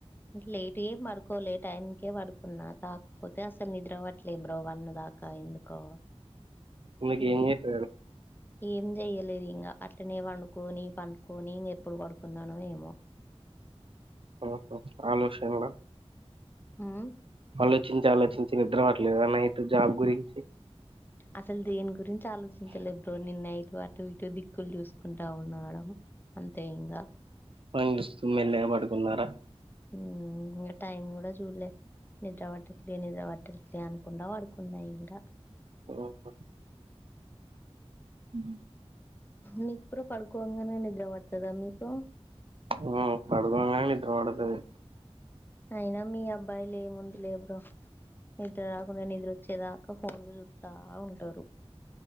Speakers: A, on the left; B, on the right.
A: లేటేం పడుకోలే, టైంకే పడుకున్నా, కాకపోతే అసలు నిద్ర పట్లే బ్రో వన్ను దా కా ఎందుకో,
B: ఎందుకేం
A: ఇంగ
B: చేసారు.
A: ఏం చెయలేదు ఇంగ, అట్లనే వండుకొని పండుకొని ఇంగ ఎప్పుడు పడుకున్నానో ఏమో,
B: ఆహా ఆలోచన్ల
A: మ్మ్
B: ఆలోచించి ఆలోచించి నిద్రపట్లేదా నైట్ జాబ్ గురిం,
A: అసలు దేని గురించి ఆలోచించలేద్ బ్రో నేను నైటు అటు ఇటు దిక్కులు చూసుకుంటా ఉన్నాడా, అంతే ఇంగ,
B: పైన్చూస్తూ మెల్లెగా పడుకున్నారా?
A: ఉమ్ ఇంగ టైమ్ కూడా చూడ్లే, నిద్ర పట్టట్లే నిద్ర పట్ టట్లే అనుకుంట పడుకున్నా ఇంగ,
B: ఆహా మ్
A: మీక్ బ్రో పడుకోంగానే నిద్ర పడుతదా మీకు,
B: ఆ పడుకోంగానే నిద్రపడతది,
A: అయినా మీ అబ్బాయిలు ఏముంది లే బ్రో, నిద్ర రాకున్నా నిద్ర వచ్చేదాకా ఫోన్లు చూ త్తా ఉంటారు,